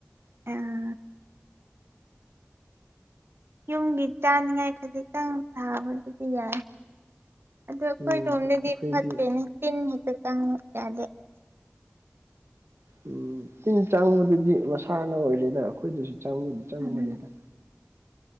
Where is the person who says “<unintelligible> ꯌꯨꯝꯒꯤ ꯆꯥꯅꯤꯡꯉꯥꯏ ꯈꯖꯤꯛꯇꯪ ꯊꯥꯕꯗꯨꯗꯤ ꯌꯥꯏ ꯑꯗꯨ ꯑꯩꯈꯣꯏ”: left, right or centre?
Right